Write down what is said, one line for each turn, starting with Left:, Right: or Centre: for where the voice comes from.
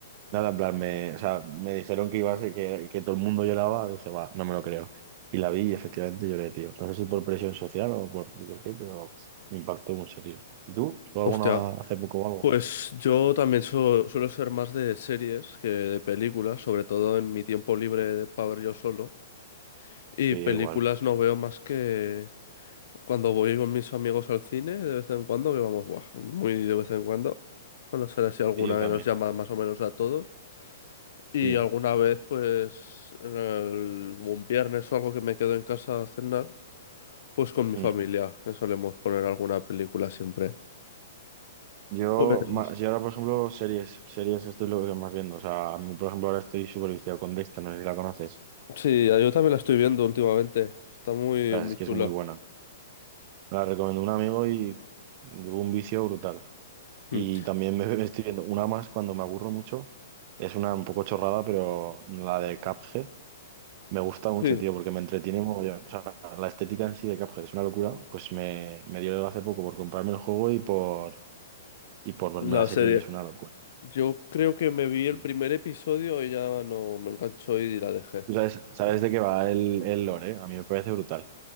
Right: nada, en plan, me, o sea, me dijeron que iba a ser que, que todo el mundo lloraba. Dije, va, no me lo creo. Y la vi y efectivamente lloré, tío. No sé si por presión social o por, por qué, pero me impactó mucho, tío. ¿Y tú? ¿Tú alguna
Left: hostia.
Right: hace poco o algo?
Left: Pues yo también su- suelo ser más de series que de películas, sobre todo en mi tiempo libre para ver yo solo. Y
Right: Sí,
Left: películas
Right: yo igual.
Left: no veo más que Cuando voy con mis amigos al cine, de vez en cuando, que vamos, buah, muy de vez en cuando, cuando sale así alguna
Right: Sí, yo también.
Left: que nos llama más o menos a todos, y
Right: Sí.
Left: alguna vez, pues, en el- un viernes o algo que me quedo en casa a cenar, pues con mi
Right: Mm.
Left: familia, que solemos poner alguna película siempre.
Right: Yo,
Left: Pues
Right: ma- yo ahora, por ejemplo, series, series esto es lo que más viendo. O sea, a mí, por ejemplo, ahora estoy súper viciado con Dexter, no sé si la conoces.
Left: sí, yo también la estoy viendo últimamente, está muy,
Right: La verdad
Left: muy
Right: Es que
Left: chula.
Right: es muy buena. Me la recomendó un amigo y hubo un vicio brutal.
Left: <laughs>
Right: Y
Left: Mm.
Right: también me, <laughs> me estoy viendo una más cuando me aburro mucho. Es una un poco chorrada, pero la de Cuphead me gusta mucho,
Left: Sí,
Right: tío, porque me entretiene mogollón. O sea, la estética en sí de Cuphead es una locura. Pues me, me dio hace poco por comprarme el juego y por, y por verme
Left: la
Right: la serie
Left: serie.
Right: y es una locura.
Left: Yo creo que me vi el
Right: Sí.
Left: primer episodio y ya no me enganchó y la dejé.
Right: Tú sabes, sabes de qué va el, el lore, ¿eh? A mí me parece brutal.